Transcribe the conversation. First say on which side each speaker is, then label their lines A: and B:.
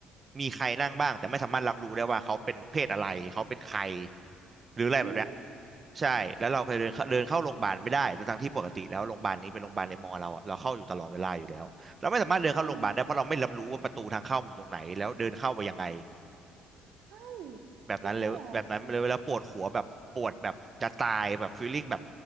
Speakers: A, on the right (about 35°); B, on the right (about 65°).
A: มีใครนั่งบ้างแต่ไม่สามารถรับรู้ได้ว่าเขาเป็นเพศอะไรเขาเป็นใครหรืออะไรแบบเนี้ย
B: เฮ้ย
A: ใช่แล้วเราเคยเดินเข้าเดินเข้าโรงพยาบาลไม่ได้ทั้งๆที่ปกติแล้วโรงพยาบาลนี้เป็นโรงพยาบาลในมอเราอะเราเข้าอยู่ตลอดเวลาอยู่แล้วเราไม่สามารถเดินเข้าโรงพยาบาลได้เพราะเราไม่รับรู้ว่าประตูทางเข้ามันอยู่ตรงไหนแล้วเดินเข้าไปยังไง
B: อืมใช่
A: แบบนั้นเลยแบบนั้นเลยแล้วปวดหัวแบบปวดแบบจะตายแบบฟีลลิ่งแบบ
B: จริงเหรอ